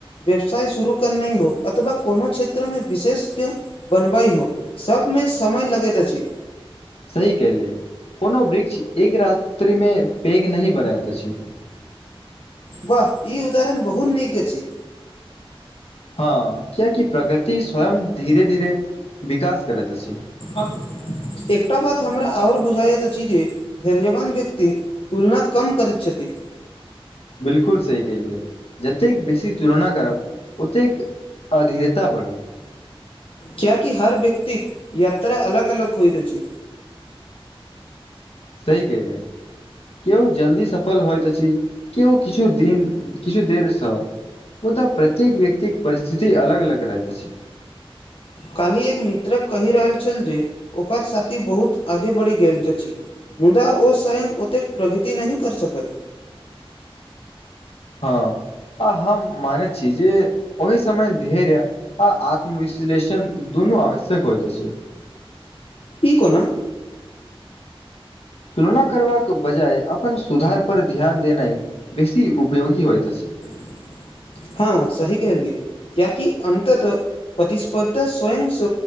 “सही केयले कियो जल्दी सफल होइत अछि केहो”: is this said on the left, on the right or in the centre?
Left